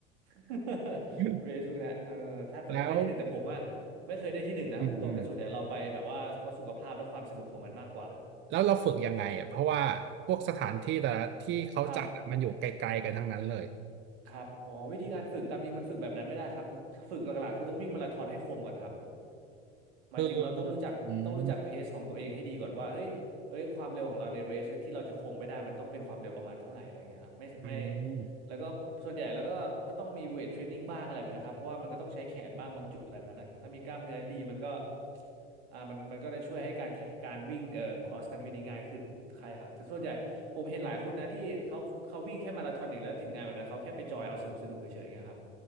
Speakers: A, on the right; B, on the right.
A: <laughs>
B: <laughs>
A: เรซุกนะเออถ้าแต่ต้องได้ที่หนึ่งแต่ผมอ่ะไม่เคยได้ที่หนึ่งนะพูดตรงแต่ส่วนใหญ่เราไปแบบว่าเพราะสุขภาพและความสนุกของมันมากกว่า
B: แล้วอืมอืมแล้วเราฝึกยังไงอ่ะเพราะว่าพวกสถานที่แต่ละที่เขาจัดอะมันอยู่ไกลๆกันทั้งนั้นเลย
A: ครับครับอ๋อวิธีการฝึกตามจริงมันฝึกแบบนั้นไม่ได้ครับฝึกหลักๆคือต้องวิ่งมาราธอนให้คมก่อนครับ หมายถึงเราต้องรู้จักต้องรู้จักเพสของตัวเองให้ดีก่อนว่าเฮ้ยเอ้ยความเร็วของเราในเรสที่เราจะคงไว้ได้มันต้องเป็นความเร็วประมาณเท่าไหร่อะไรเงี้ยครับไม่ไม่
B: คืออืมอืม
A: แล้วก็ส่วนใหญ่แล้วก็ก็ต้องมีเวทเทรนนิ่งบ้างอะไรแบบนี้นะครับเพราะว่ามันก็ต้องใช้แขนบ้างบางจุดอะไรแบบนั้นนะถ้ามีกล้ามเนื้อดีมันก็อ่ามันมันก็จะช่วยให้การแขการวิ่งเอ่อ cross country นี่ง่ายขึ้นใช่ครับแต่ส่วนใหญ่ผมเห็นหลายคนนะที่เขาเขาวิ่งแค่มาราธอนอย่างเดียวแล้วถึงงานแบบนั้นเขาแค่ไปจอยเอาสนุกสนุกเฉยๆนะครับ